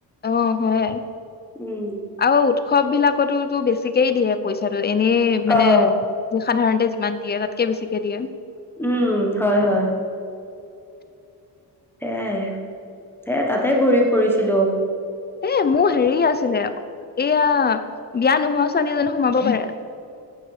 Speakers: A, on the left; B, in the centre.
A: অ হয়,
B: উম
A: আৰু উৎসৱ বিলাকতো বেছিকে একেই দিয়ে পইচাটো এনেই মানে,
B: অ
A: সাধাৰণতে যিমান দিয়ে, তাতকে বেছিকে দিয়ে।
B: উম, হয়-হয় এয়াই, এ তাতে ঘূৰি ফুৰিছিলোঁ।
A: এ মোৰ হেৰি আছিলে এইয়া বিয়া নোহোৱা ছোৱালী এজনী সোমাব পাৰে।